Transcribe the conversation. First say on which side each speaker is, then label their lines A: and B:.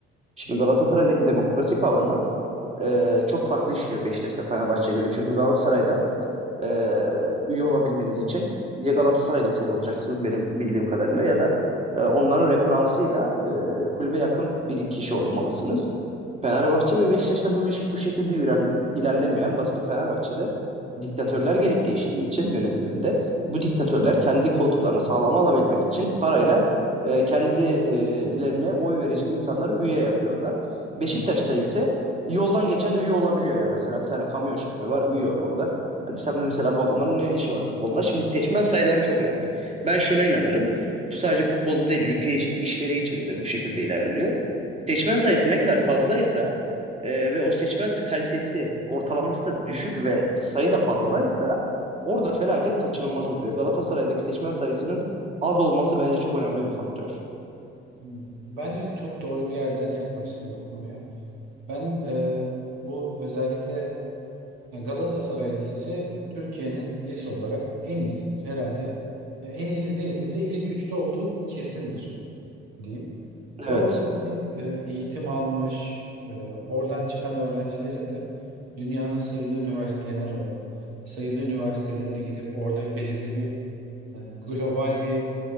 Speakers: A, on the right; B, on the right.
A: Şimdi Galatasaray'daki demokrasi kavramı Ee, çok farklı işliyor Beşiktaş'ta Fenerbahçe'ye göre. Çünkü Galatasaray'da e, üye olabilmeniz için ya Galatasaray Liseli olacaksınız benim bildiğim kadarıyla ya da e, onların referansıyla e, kulübe yakın bir kişi olmalısınız. Fenerbahçe ve Beşiktaş'ta bu iş bu şekilde iler- ilerlemiyor. En basiti Fenerbahçe'de diktatörler gelip geçtiği için yönetiminde bu diktatörler kendi koltuklarını sağlama alabilmek için parayla e, kendilerine oy verecek insanları üye yapıyorlar. Beşiktaş'ta
B: Evet.
A: ise yoldan geçen üye olabiliyor ya. Mesela bir tane kamyon şoförü var üye orada. Hani sen mesela bu adamların ne işi var futbolda? Şimdi seçmen sayıları çok önemli. Ben şuna inanırım. Bu sadece futbolda değil, ülke iş- işleri için de bu şekilde ilerliyor. Seçmen sayısı ne kadar fazlaysa e, ve o seçmen kalitesi ortalaması da düşük ve sayı da fazlaysa orada felaket kaçınılmaz oluyor. Galatasaray'daki seçmen sayısının az olması bence çok önemli bir faktör.
B: Hmm, Bence çok doğru bir yerden yaklaştın bu konuya. Ben e, bu özellikle ya Galatasaray Lisesi Türkiye'nin lise olarak en iyisidir. Herhalde e, en iyisi değilse bile ilk üçte olduğu kesindir diyeyim. Ve
A: Evet,
B: orada hani, e, eğitim almış, e, oradan çıkan öğrencilerin de dünyanın sayılı üniversite genel olarak sayılı üniversitelerine gidip orada belirli bir Yani global bir